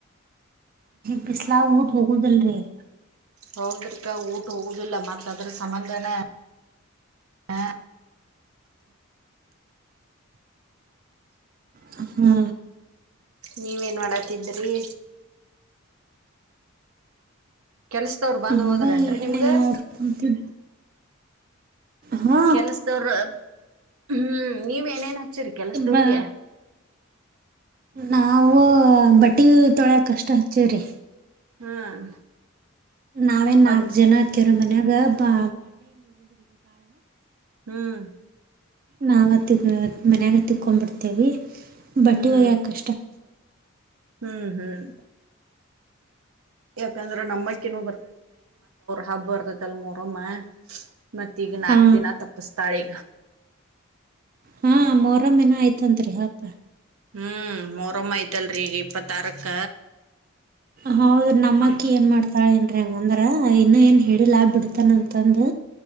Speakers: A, on the right; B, on the right.
A: ಬಿಸಲ ವ ಠೋಕು ಜಲ್ ರ <inaudible>
B: ಹೌದ್ರಕ ಊಟ ಹೋಗುದಿಲ್ಲ ಮತ್ತ ಅದ್ರ ಸಂಬಂಧಾನ <inaudible> ಹಾ
A: ಹ್ಮ
B: ನೀವ ಏನ್ ಮಾಡ ತಿದ್ದರೆ ಕೆಲ್ಸದವ್ರ ಬಂದ್
A: ಅದ
B: ಹೋದ್ರೇನ್ರಿ
A: ಏನಿಲ್ಲ
B: ನಿಮ್ಗ
A: ನೋಡ್ ಹಾ
B: ಕೆಲ್ಸದವ್ರ ಹ್ಮ್ ಮುಚರಿ ಕೆಲಸದವ್ರಿಗೆ
A: ಬ
B: <inaudible>
A: ನಾವು ಬಟ್ಟೆ ತೋಳಿತಕ್ಕ
B: ಹ್ಮ್
A: ನಾವೇನ್ ನಾಲ್ಕ
B: ಮತ್
A: ಜನ ಅತ್ಕ್ಯವ್ರ ಮನ್ಯಾಗ ಬಾ
B: ಹ್ಮ್
A: ನಾವತ್ತ ಮನ್ಯಾಗ ತಿಕೊಂಡ್ಬಿಡ್ತೇವಿ ಬಟ್ಟೆ
B: ಹ್ಮ್
A: ಹೋಗಿಯಾಕೆ
B: ಹ್ಮ್ ಹ್ಮ್ ಎಕಂದ್ರೆ ನಮಕ್ಕಿನೂ ಹಬ್ಬ ಬರ್ಥೈತ್ ಅಲ್ಲ ಮೊಹರಂ ಮತ್ ಈಗ ನಾಲ್ಕು
A: ಹಾ
B: ದಿನ ತಾಪ್ಸ್ತಾಳೆ
A: ಹಾ ಮೊರಮ್ಮೇ <unintelligible> ನ ಆಯ್ತನ್ರಿ ಹಪ
B: ಹ್ಮ್ ಮೊರಮ್ಮ ಐ್ತಲ್ರರಿ ಈಗ ಇಪ್ಪತ್ತಾರಕ್ಕ
A: ಹೌದ್ರಿ ನಮ್ಮಕ್ಕಿ
B: ಹಂಗ
A: ಏನ್ ಮಾಡ್ತಾಳೆ ಏನ್ರಿ ಹೆಂಗಂದ್ರ ಇನ್ನು ಏನು ಹೇಳಿಲಾ ಬಿಡ್ತಾನ ಅಂತಂದು